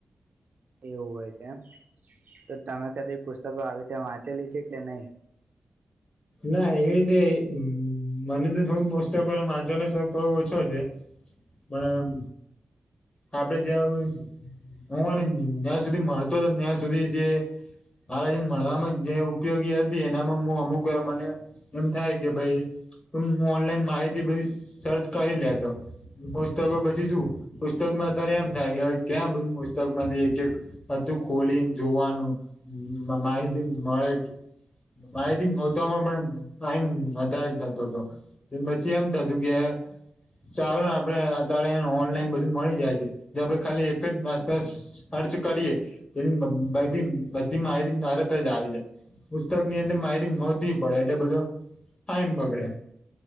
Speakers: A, on the right (about 55°); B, on the left (about 30°).
A: એવું હોય છે, એમ તો તમે કદી પુસ્તકો આવી રીતે વાંચેલી છે, કે નહી
B: ના એવી રીતે મને તો થોડું મોસ્ત કર વાચવાનો થોડો ઓછો છે. પણ આપડે જયા. હું અને ત્યાં સુધી ભણતો હતો ત્યાં સુધી જે. મારે જે મળવામાં જે ઉપયોગી હતી એનામાં હું અમુક કોક વાર મને એમ થાય કે ભાઈ. તો હું ઓનલાઈન માહિતી બધી સર્ચ કરી લેતો. પુસ્તકો પછી શું પુસ્તકમાં અતારે એમ થાય કે હવે કેમ પુસ્તક માંથી એક એક બધું ખોલીન જોવાનું માહિતી મળે માહીતી મો ત મ પણ તાઈમ વધારે થતો હતો પછી એમ થતું કે ચાલો ને આપડે અત્યારે ઓનલાઈન બધું મળી જાય છે, જો આપડે ખાલી એક જ નાસ્તસ ખર્ચ કરીએ તેની બધી બધી માયતી તરત જ આવી જાય પુસ્તકની અંદર માહીતી ગોતવી પડે એટલે બધો ટાઈમ બગડે